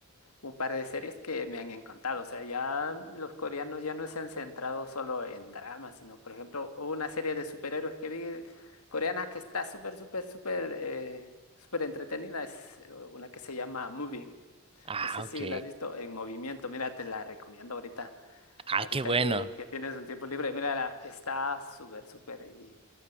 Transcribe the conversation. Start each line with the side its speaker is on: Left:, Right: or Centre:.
Left: un par de series que me han encantado. O sea, ya los coreanos ya no se han centrado solo en dramas, sino, por ejemplo, hubo una serie de superhéroes que vi coreana que está súper, súper, súper, eh, súper entretenida. Es eh, una que se llama Moving.
Right: Ah,
Left: No sé si
Right: ok.
Left: la has visto en movimiento. Mira, te la recomiendo ahorita.
Right: Ah,
Left: Ahorita
Right: qué bueno.
Left: que, que tienes un tiempo libre. Mira, está súper, súper. Y,